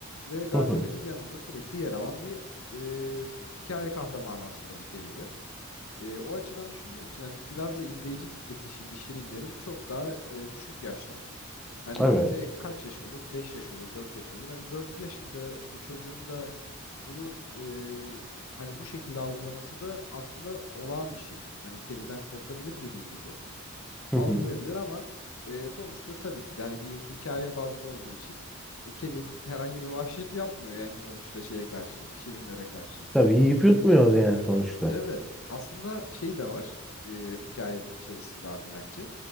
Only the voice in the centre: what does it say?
Hı hı.
Evet.
Hı
hı.
Tabii yiyip yutmuyoruz yani sonuçta.